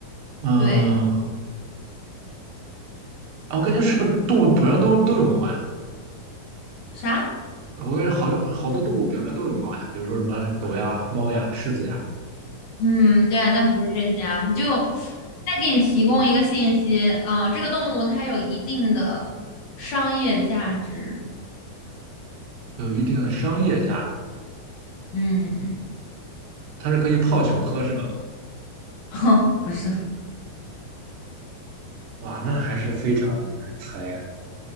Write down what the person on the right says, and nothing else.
嗯，
啊我感觉是不是动物表面都都有毛呀？
我感觉好有好多动物表面都有毛呀，比如说什么狗呀、猫呀、狮子呀，
有一定的商业价值，
它是可以泡酒喝是吗？
哇，那还是非常的难猜呀，